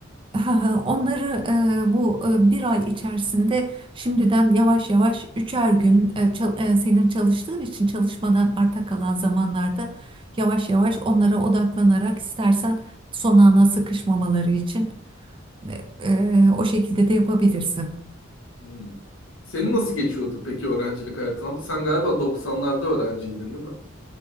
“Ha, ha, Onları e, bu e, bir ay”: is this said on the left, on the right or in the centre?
Right